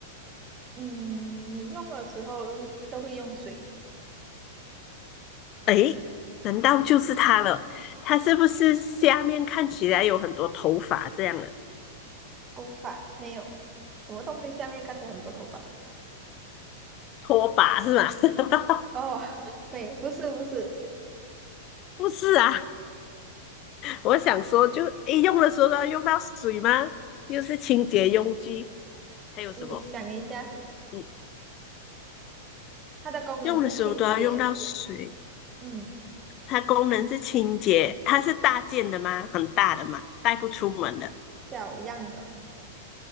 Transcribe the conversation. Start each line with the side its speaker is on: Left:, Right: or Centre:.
Right: 嗯，你用的时候都会用水，
Left: 诶，难道就是它了？它是不是下面看起来有很多头发这样的
Right: 头发没有，什么东西下面看起来很多头发？
Left: 拖把是吗？<laughs>
Right: 哦，<laughs> 没有，不是不是，
Left: 不是啊，我想说就，诶用的时候都要用到水吗？又是清洁用具，还有什么？
Right: 你想一下，
Left: 嗯，
Right: 它的功能是清洁，
Left: 用的时候都要用到水，
Right: 嗯，
Left: 它功能是清洁，它是大件的吗？很大的嘛，带不出门的。
Right: 小样的，